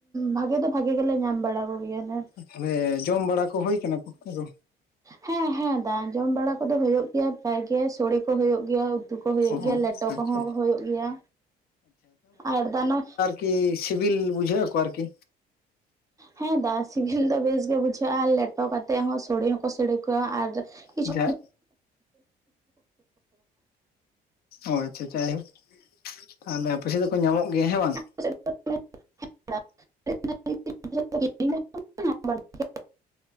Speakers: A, on the right; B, on the left.
A: ᱵᱷᱟᱜᱮ ᱫᱚ ᱵᱷᱟᱜᱮ ᱜᱮᱞᱮ, ᱧᱟᱢ ᱵᱟᱲᱟ ᱠᱚᱜᱮᱼᱭᱟ ᱞᱮ᱾
B: ᱛᱟᱦᱚᱞᱮ ᱡᱚᱢ ᱵᱟᱲᱟ ᱠᱚ, ᱦᱳᱭ ᱠᱟᱱᱟ ᱯᱷᱩᱴᱠᱟᱹ ᱠᱚ?
A: ᱦᱮᱸ, ᱦᱮᱸ, ᱫᱟ ᱡᱚᱢ ᱵᱟᱲᱟ ᱠᱚᱫᱚ ᱦᱳᱭᱳᱜ ᱜᱮᱭᱟ, ᱯᱮᱨᱟᱭ ᱜᱮ ᱥᱳᱲᱮ ᱠᱚ ᱦᱳᱭᱳᱜ ᱜᱮᱭᱟ᱾ ᱛᱩ ᱠᱚ ᱦᱩᱭᱩᱜ
B: ᱚ
A: ᱜᱮᱹᱭᱟ, ᱞᱮᱴᱚ
B: ᱟᱪᱪᱷᱟ
A: ᱠᱚᱦᱚᱸ ᱦᱩᱭᱩᱜ ᱜᱮᱹᱭᱟ ᱟᱨ ᱫᱟᱱᱚ
B: ᱠᱤ ᱥᱤᱵᱤᱞ ᱵᱩᱡᱷᱟᱹ ᱟᱠᱚ ᱟᱨᱠᱤ?
A: ᱦᱮᱸ ᱫᱟ, ᱥᱤᱵᱷᱤᱞ ᱫᱚ ᱵᱮᱥ ᱜᱮ ᱵᱩᱡᱷᱟᱹᱜᱼᱟ᱾ ᱞᱮᱴᱚ ᱠᱟᱛᱮᱫ ᱦᱚᱸ, ᱥᱚᱲᱮᱹ ᱦᱚᱸᱠᱚ ᱥᱮᱹᱲᱮᱹ ᱠᱚᱣᱟ ᱟᱨ ᱠᱤᱪᱷᱩ
B: ᱡᱟᱜ ᱚᱭ ᱪᱷᱟ, ᱡᱟᱭᱦᱳᱠ ᱛᱟᱼᱞᱮ ᱚ ᱯᱮᱭᱥᱟ ᱫᱚᱠᱚ ᱧᱟᱢᱚᱜ ᱜᱮᱹᱭᱟ ᱦᱮᱸ ᱵᱟᱝ!
A: <inaudible> <inaudible>